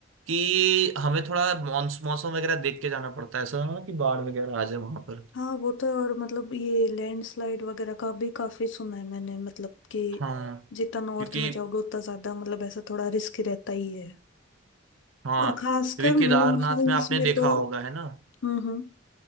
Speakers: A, on the right; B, on the left.
A: कि हमें थोड़ा मौस- मौसम वगैरह देख के जाना पड़ता है ऐसा ना हो कि बाढ़ वगैरह आ जाए वहां पर
B: हाँ वो तो है, और मतलब ये लैंडस्लाइड वगैरह का भी काफी सुना है मैंने मतलब कि
A: हाँ
B: जितना नॉर्थ
A: क्योंकि
B: में जाओगे उतना ज्यादा मतलब ऐसा थोड़ा रिस्क रहता ही है
A: हाँ
B: और खासकर
A: क्योंकि
B: मॉनसून्स
A: केदारनाथ में आपने
B: में
A: देखा
B: तो
A: होगा है ना
B: हम्म हम्म